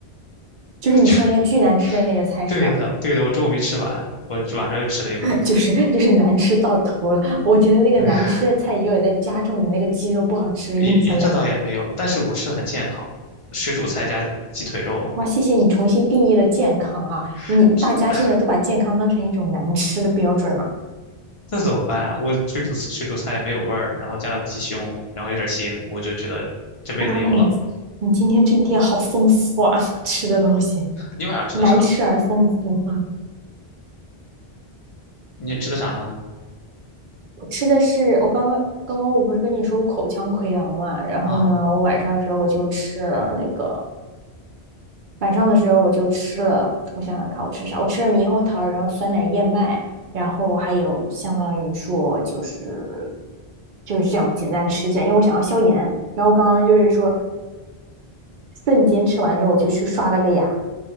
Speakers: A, on the right; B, on the left.
A: 就是你说那个巨难吃的那个菜是吧？
B: <laughs> 对的对的，我中午没吃完，我晚上又吃了一回
A: <laughs> 就是就是难吃到头了。我觉得那个难吃的菜也有在加重你那个鸡肉不好吃的印象量。
B: <laughs>。哎也也这倒也没有，但是我吃的很健康，水煮菜加鸡腿肉嘛。
A: 哇，谢谢你重新定义了健康啊！你大家现在都把健康当成一种难吃的标准了。
B: 这这怎么办？我水煮水煮菜没有味儿，然后加了鸡胸，然后有点腥，我就觉得这辈子有了。
A: 哇，那你你今天这一天好丰富啊，<laughs> 吃的东西
B: 你晚上吃的啥？
A: 难吃而丰富啊！
B: 你吃的啥呢？
A: 我吃的是我刚刚。刚刚我不是跟你说我口腔溃疡嘛，然后呢，
B: 啊、
A: 我晚上的时候我就吃了那个晚上的时候我就吃了，我想想看我吃啥，我吃了猕猴桃，然后酸奶燕麦，然后还有相当于说就是就是这样简单吃一下，因为我想要消炎。然后刚刚就是说瞬间吃完之后我就去刷了个牙。